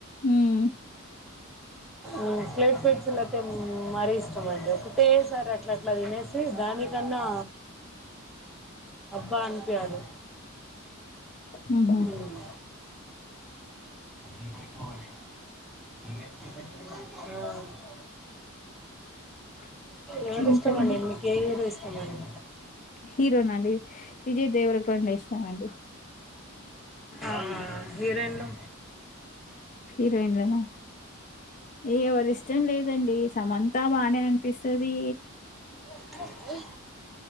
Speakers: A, on the left; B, in the centre.
A: ఉమ్
B: ఉమ్ స్లేట్ పెన్సిల్స్ అయితే మరీ ఇష్టం అండి. ఒకటే సారి అట్లా అట్లా తినేస్ చే దానికన్నా అబ్బా అనిపియాలి.
A: ఉహు
B: ఉమ్ ఏమైందో మరి నేనేం తినలే ఆ
A: <inaudible>
B: ఎవరి
A: ఇంకండి
B: ఇష్టమండి మీకు ఏ హీరో ఇష్టమండి
A: హీరోన అండి విజయ్ దేవర కొండ ఇష్టం అండి
B: ఆహా హీరోయిన్లు
A: హీరోయిన్లను ఎవరిష్టం లేదండి సమంతా బానే అనిపిస్తది
B: ఇంకా అండి